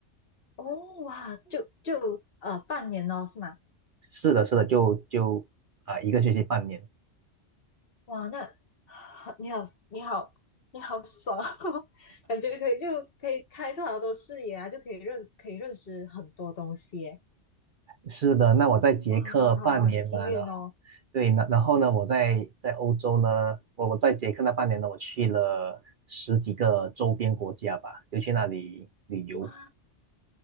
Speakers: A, on the left; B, on the right.
A: 哦，哇，就就呃半年哦，是吗？
B: 是的，是的，就就啊、一个学期半年。
A: 哇，那你好，你好，你好爽哦，<laughs> 感觉可以就可以开拓好多视野啊，就可以认可以认识很多东西耶。
B: 是的，那我在捷克半年嘛，
A: 哇，好幸运哦！
B: 然后对，那然后呢，我在在欧洲呢，我我在捷克那半年呢，我去了十几个周边国家吧，就去那里旅游。
A: 哇，